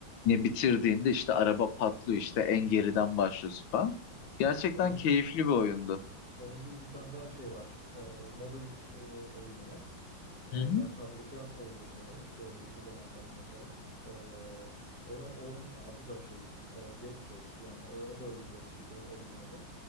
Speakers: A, on the left; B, in the centre.
A: ne bitirdiğinde işte araba patlıyor. işte en geriden başlıyorsun falan. Gerçekten
B: Onun
A: keyifli bir oyundu.
B: Onun gibi bir tane daha şey var. Ee, mobil e, oyun ama. Ee,
A: Hı hı.
B: ben tablette oynuyordum onu işte lise zamanlarında falan. Ee, ona onun adı da şey e, Death Race yani o, o da ölüm yarışıydı oyunun adı.